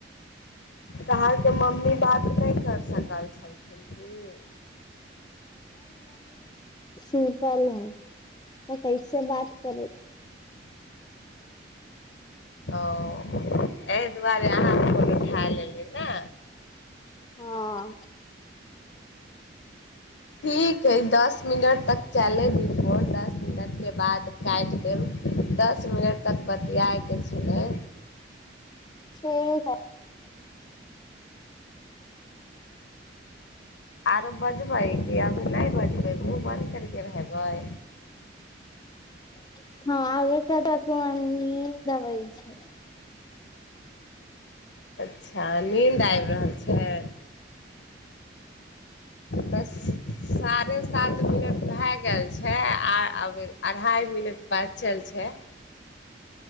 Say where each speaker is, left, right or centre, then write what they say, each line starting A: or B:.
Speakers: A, on the left; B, on the left.
A: तऽरके मम्मी बात नहि कर सकल छलखिन की।
B: सुताल। तऽ कै से बात करू।
A: ओ एहि दुआरे अह फोन उठा लेली ने।
B: हँ।
A: ठीक हइ दस मिनट तक चले द फोन दस मिनटके बाद काटि देब दस मिनट तक बतियायके छलै।
B: से ह।
A: आर बाजबाै कि अ। नहि बचबै ओ बन्द करिके रहबै।
B: हँ <unintelligible> दबै छै।
A: अच्छा नीन्द आबि रहल छै तऽ साढ़े सात मिनट भए गेल छै आ अब अढ़ाइ मिनट बादचल छै।